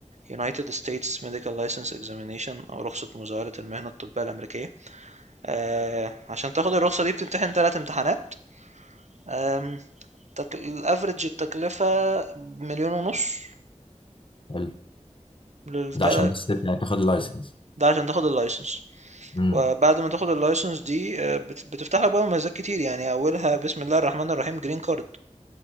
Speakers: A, on the right; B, on the left.
A: United States Medical License Examination أو رخصة مزاولة المهنة الطبية الأمريكية آه، عشان تاخد الرخصة دي بتمتحن تلات امتحانات آم، تك... الأفريج التكلفة مليون ونص
B: حلو
A: للتلات
B: ده عشان بس تاخد اللايسنس
A: ده عشان تاخد اللايسنس
B: امم
A: وبعد ما تاخد اللايسنس دي آه، بت- بتفتح لك بقى مميزات كتير يعني أولها بسم الله الرحمن الرحيم جرين كارد